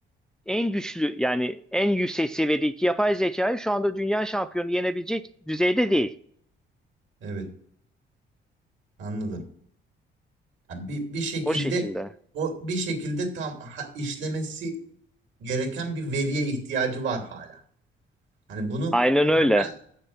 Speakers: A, in the centre; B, on the right.
A: en güçlü yani en yüksek seviyedeki yapay zekayı şu anda dünya şampiyonu yenebilecek düzeyde değil.
B: Evet. Anladım. Yani bir, bir şekilde
A: O şekilde.
B: o bir şekilde tam ha- işlemesi gereken bir veriye ihtiyacı var hala. Hani bunu
A: Aynen öyle.
B: hala